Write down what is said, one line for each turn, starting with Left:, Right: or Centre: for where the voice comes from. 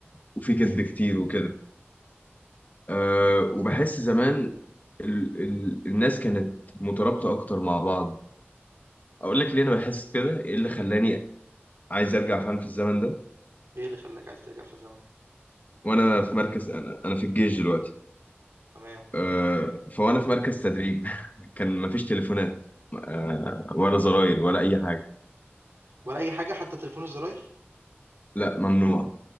Left: وفي كذب كتير وكده أه وبحس زمان ال ال الناس كانت مترابطة أكتر مع بعض أقول لك ليه أنا بحس كده إيه اللي خلاني عايز أرجع فعلا في الزمن ده
Right: ايه اللي خلاك عايز ترجع في الزمن
Left: وأنا في مركز أنا أنا في الجيش دلوقتي
Right: تمام.
Left: أه فوأنا في مركز تدريب <laughs> كان مفيش تليفونات أه ولا زراير ولا أي حاجة
Right: ولا أي حاجة حتى تليفون الزراير؟
Left: لا ممنوع